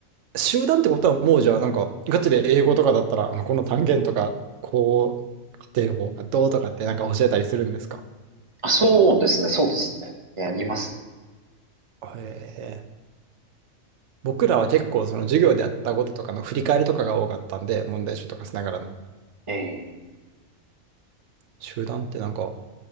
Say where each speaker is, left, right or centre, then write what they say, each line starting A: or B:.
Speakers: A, on the right; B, on the right.
A: 集団ってことはもうじゃあなんかガチで英語とかだったら、まあ、この単元とか、こう、家庭法がどうとかってなんか教えたりするんですか
B: あ、そうですね、そうですね。やりますね。
A: へえ。僕らは結構その授業でやったこととかの振り返りとかが多かったんで、問題集とかしながらの。
B: ええ
A: 集団ってなんか、